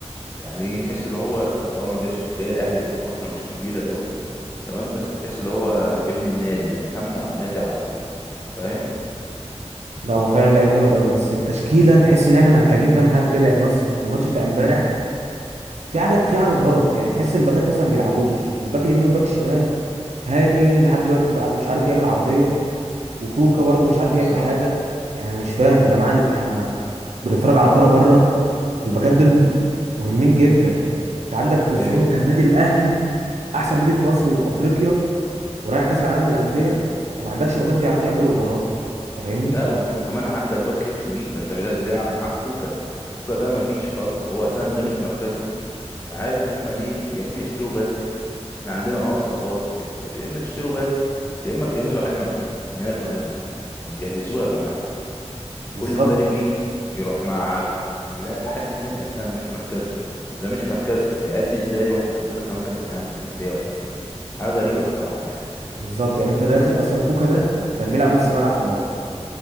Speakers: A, on the left; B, on the right.
A: يعني إيه، تحس اللي هو اه ما جاش جاي الأهلي بقاله فترة مش كبيرة قوي تمام بس تحس اللي هو ابن النادي يعني همه على النادي على طول فاهم
B: لا هو فعلا لعيب جامد قوي بس التشكيلة تحس ان احنا محتاجين كام حاجة كده يعني بس الماتش بتاع امبارح في حاجه في حاجه غلط يعني تحس الباكات مثلا ما بيلعبوش الباك اليمين والباك الشمال هاني لحد دلوقتي مبع- مش عارف يعمل عرضيه وكوكا برضو مش عارف
A: بالظبط
B: يعمل حاجه يعني انا مش فاهم يا جماعه ال- احنا بنتفرج على كوره بره الباكات دول مهمين جدا انت عندك ازاي
A: أيوه
B: انت
A: صح
B: النادي الاهلي احسن نادي في مصر وفي افريقيا ورايح كاس العالم للانديه وما عندكش باكات بيعرفوا يعملوا اوفرات انت فاهمني
A: ده وأنت كمان عندك باك ليفت مين ده أنت بتلعب معاك كوكا كوكا ده مفيش خالص هو أساسا ده مش مركزه مش عارف هما ليه يا إما يشتروا باك احنا عندنا اه اصابات وكده طب يا اما تشتروا باك يا اما تجهزوا علي معلول ماله علي معلول ما تجهزوه يا جماعه
B: بالظبط
A: كل مدرب يجي يروح مع عدو ويلاعب حد تاني اصلا مش مركزه طب ده مش مركزه هيأدي ازاي واحنا عندنا كمان كاس العالم للانديه والحاجات دي حاجه غريبه الصراحه يعني
B: بالظبط يعني انت داخل اصلا كوكا ده كان بيلعب نص ملعب في الاول